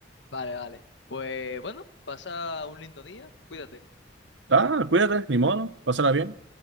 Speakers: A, on the left; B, on the right.
A: Vale, vale. Pues bueno, pasa un lindo día, cuídate.
B: Ah, cuídate, ni modo, pásala bien.